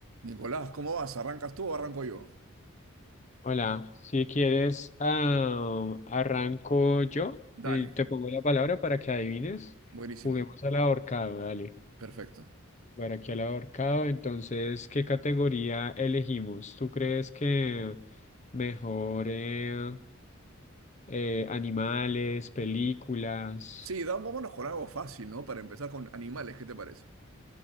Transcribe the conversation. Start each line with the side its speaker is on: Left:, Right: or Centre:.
Right: Nicolás, ¿cómo vas? ¿Arrancas tú o arranco yo?
Left: Hola, si quieres, ah, arranco yo
Right: Dale,
Left: y te pongo la palabra para que adivines.
Right: buenísimo,
Left: Juguemos al ahorcado, dale.
Right: perfecto.
Left: Para aquí al ahorcado, entonces, ¿qué categoría elegimos? ¿Tú crees que mejor eh, eh, animales, películas?
Right: Sí, da- vámonos con algo fácil, ¿no? Para empezar con animales, ¿qué te parece?